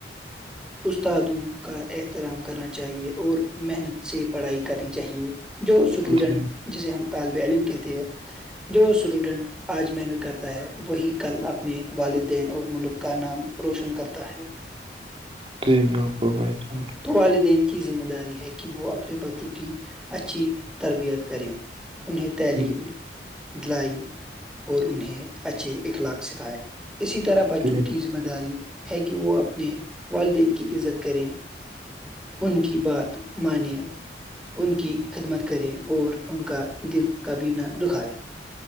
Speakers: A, in the centre; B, on the right.
A: استادوں کا احترام کرنا چاہیے اور محنت سے پڑھائی کرنی چاہیے جو اسٹوڈنٹ
B: جی
A: جسے ہم طالب علم کہتے ہیں جو اسٹوڈنٹ آج محنت کرتا ہے وہی کل اپنے والدین اور ملک کا نام روشن کرتا ہے
B: جی بالکل بھائی چان
A: تو والدین کی ذمہ داری ہے کہ وہ اپنے بچوں کی اچھی تربیت کرے انہیں تعلیم
B: جی
A: دلائم اور انہیں اچھے اخلاق سکھائےیں اسی طرح بچوں
B: جی
A: کی ذمہ داری ہے کہ وہ اپنے والدین کی عزت کرے ان کی بات مانیں ان کی خدمت کرے اور ان کا دل کبھی نہ دکھائے